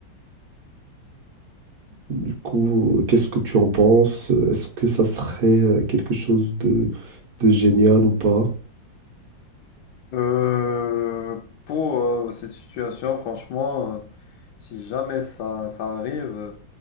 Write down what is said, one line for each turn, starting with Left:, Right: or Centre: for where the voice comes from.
Right: Du coup, euh, qu'est-ce que tu en penses? Euh, Est-ce que ça serait euh, quelque chose de, de génial ou pas?
Left: Euh, pour euh, cette situation, franchement, euh, si jamais ça, ça arrive,